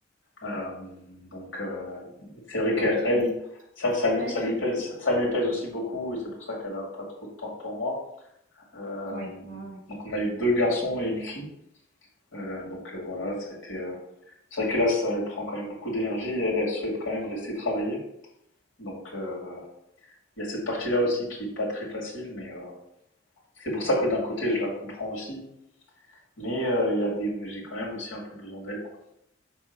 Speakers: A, on the left; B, on the right.
A: Euh, donc euh, c'est vrai qu'elle,
B: ah oui, <laughs>
A: ça,
B: ça
A: ça
B: doit
A: lui,
B: pas
A: ça
B: être
A: lui
B: évident.
A: pèse, ça lui pèse aussi beaucoup, et c'est pour ça qu'elle a pas trop de temps pour moi. Euh,
B: Oui, ouais, ouais. ouais.
A: donc on a eu deux garçons et une fille. Euh, donc euh, voilà, ça a été euh, c'est vrai que là, ça lui prend quand même beaucoup d'énergie et elle, elle souhaite quand même rester travailler. Donc, euh, il y a cette partie-là aussi qui est pas très facile, mais euh, c'est pour ça que d'un côté, je la comprends aussi. Mais euh, il y a des, mais j'ai quand même aussi un peu besoin d'elle, quoi.